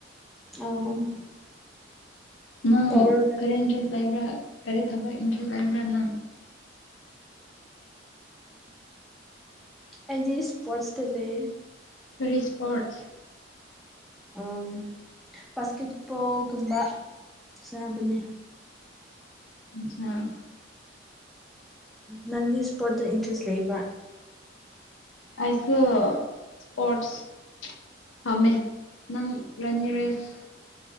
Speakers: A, in the centre; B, on the left.
A: ꯑꯣ
B: ꯅꯪ
A: ꯇꯧꯔꯒ
B: ꯀꯔꯤ ꯏꯟꯇꯔꯦꯁ ꯂꯩꯕ꯭ꯔꯥ ꯀꯔꯤ ꯊꯕꯛ ꯏꯟꯇꯔꯦꯁ ꯂꯩꯕ꯭ꯔꯥ ꯅꯪ
A: ꯑ ꯑꯩꯗꯤ ꯏꯁꯄꯣꯔꯠꯁ ꯗ ꯂꯩ
B: ꯐꯔꯤ ꯏꯁꯄꯣꯔꯠꯁ
A: ꯎꯝ ꯕꯥꯁꯀꯦꯠꯕꯣꯜꯒꯨꯝꯕ ꯁꯅꯕꯅꯦ
B: ꯑꯆꯥꯥ
A: ꯅꯪꯒꯤ ꯏꯁꯄꯣꯔꯠꯇꯠꯇ ꯏꯟꯇꯔꯦꯁ ꯂꯩꯕ꯭ꯔꯥ
B: ꯑꯁꯨ ꯏꯁꯄꯣꯠꯁ ꯄꯝꯃꯦ ꯅꯪ ꯔꯖ ꯔꯦꯁ